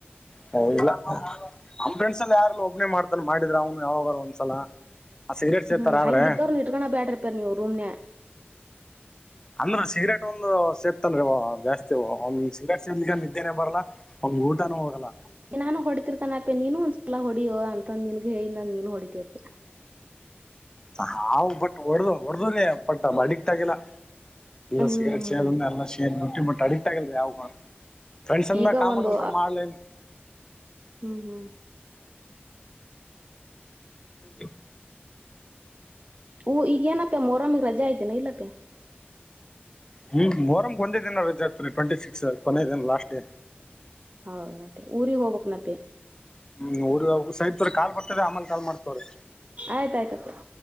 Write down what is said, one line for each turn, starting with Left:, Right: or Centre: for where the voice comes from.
Left: ಹ ಇಲ್ಲ <inaudible> ನಮ್ಮ ಫ್ರೆಂಡ್ಸ್ ಎಲ್ಲ ಯಾರ್ ಒಬ್ನನೆ ಮಾಡ್ತಾನ ಮಾಡಿದ್ರ ಅವನು ಯಾವಾಗಾರ ಒಂದ್ಸಲ. ಆ ಸಿಗರೇಟ್ ಸೇತಾರ
Right: ಹ್ಮ್,
Left: ಆದ್ರೆ
Right: ಹಂಗ ಇದ್ದವ್ರು ಇಟ್ಕೋ ಬ್ಯಾಡ್ರಪ್ಪಾ ನಿಮ್ಮ ರೂಮ್ನಾಗ.
Left: ಅಂದ್ರ ಸಿಗರೇಟ್ ಒಂದು ಸೇತನ್ರಿ ಅವಾ ಜಾಸ್ತಿ ಸಿಗರೇಟ್ ಸೇದಲಿಕನನಿದ್ದೆನೆ ಬರಲ್ಲಾ. ವ್ನಂಗ್ ಊಟಾನೂ ಹೋಗಲ್ಲ.
Right: ನಾನು ಹೊಡತಿರ್ತಾನ ಅಪ್ಪೆ ನೀನು ಒಂದ್ಸಲ ಹೊಡಿಯೋ ಅಂತಂದ ನಿನ್ಗ ಹೇಳ ನಂದರನೀನು ಹೊಡಿತಿಯಪ್ಪಿ.
Left: ಹಾ, ಬಟ್ ಹೊಡ್ದ ಹೊಡ್ದನನೇ ಬಟ್ ಅಡಿಕ್ಟ್ ಆಗಿಲ್ಲ. ಎಲ್ಲ
Right: ಹ್ಮ್
Left: ಸಿಕರೆಟ್ ಸೇದಿನ ಎಲ್ಲಾ ಸೇದಿನಿ ಬಟ್ಟ್ ಅಡಿಕ್ಟ ಆಗಿಲ್ರಿಯಾವುಕನು. ಫ್ರೆಂಡ್ಸ್ ಅಂದ
Right: ಈಗ
Left: ಕಾಮನ್
Right: ಒಂದು
Left: ಅಂತ್ರ ಮಾಡ್ಲೇನ್-
Right: ಹ್ಮ್, ಹ್ಮ್
Left: ಹೌದು <inaudible>
Right: ಹೂಂ, ಈಗೇನಪ್ಪಾ ಮೊಹರಂಗ ರಜೆ ಐತನ ಇಲ್ಲಪ್ಪ್.
Left: ಹ್ಮ್, ಮೊಹರಂ ಒಂದೇ ದಿನ ರಜೆ ಆಗ್ತದರಿ ಟ್ವೆಂಟಿ ಸಿಕ್ಸ್ ಕೊನೇ ದಿನ ಲಾಸ್ಟ್ ಡೇ.
Right: ಹೌದು, <unintelligible> ನಪಿ ಊರಿಗೆ ಹೋಗ್ಬೇಕಕ್ ನಪೆ
Left: ಹ್ಮ್, ಊರಿಗಿ ಹೋಗಬೇಕಸರಿ ಕಾಲ್ ಬರ್ತದ ಆಮೇಲೆ ಕಾಲ್ ಮಾಡ್ತನಿ ತೋರಿ.
Right: ಆಯ್ತಾಯ್ತತ್ ಅಪ್ಪಿ